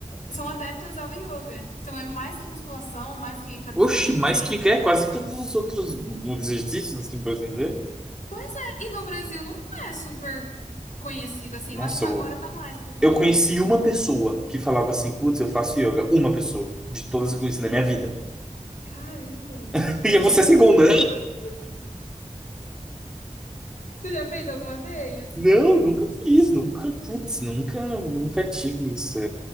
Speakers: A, on the left (about 75°); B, in the centre.
A: são adeptas ao yoga. Então é mais que musculação, mais que calistenia,
B: Oxi, mas
A: enfim.
B: que é quase todos os outros exercícios, assim, por assim dizer.
A: Pois é, e no Brasil não é super conhecido assim.
B: Nossa,
A: Eu acho que agora
B: eu,
A: tá mais por conta
B: eu conheci
A: do YouTube,
B: uma pessoa
A: enfim.
B: que falava assim, putz, eu faço yoga. Uma pessoa, de todas que eu conheci na minha vida.
A: Caramba!
B: <laughs> E
A: Eu sou
B: você
A: a segunda,
B: é segunda.
A: então. <laughs> Você já fez alguma vez?
B: Não, nunca fiz, nunca, putz, nunca, nunca tive esse,